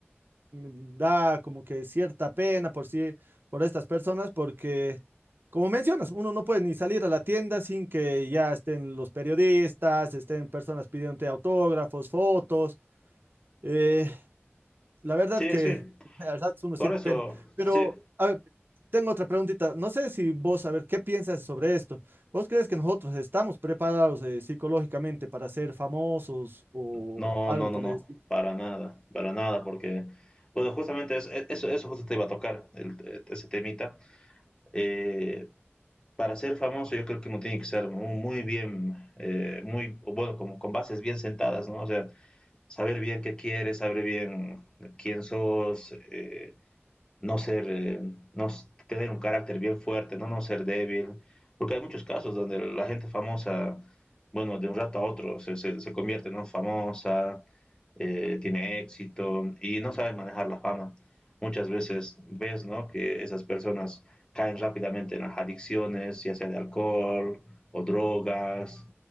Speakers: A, on the right; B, on the left.
A: mm, da como que cierta pena por sí, por estas personas, porque, como mencionas, uno no puede ni salir a la tienda sin que ya estén los periodistas, estén personas pidiéndote autógrafos, fotos. eh, la verdad
B: Sí,
A: que
B: sí,
A: <laughs> a ratos uno
B: por
A: siente
B: eso,
A: pena. Pero,
B: sí,
A: a ver, tengo otra preguntita. No sé si vos, a ver, ¿qué piensas sobre esto? ¿Vos crees que nosotros estamos preparados eh, psicológicamente para ser famosos o
B: No,
A: algo
B: no, no,
A: por
B: no,
A: el estilo?
B: para nada, para nada, porque, bueno, justamente es- e- eso, eso justo te iba a tocar, el- e- ese temita. Eh, para ser famoso yo creo que uno tiene que ser mu- muy bien, eh, muy, o bueno, como con bases bien sentadas, ¿no? O sea, saber bien qué quieres, saber bien quién sos, eh, no ser, eh, no tener un carácter bien fuerte, no, no ser débil, porque hay muchos casos donde la gente famosa, bueno, de un rato a otro se, se- se convierte, ¿no? Famosa, eh, tiene éxito y no sabe manejar la fama. Muchas veces ves, ¿no? Que esas personas caen rápidamente en las adicciones, ya sea de alcohol o drogas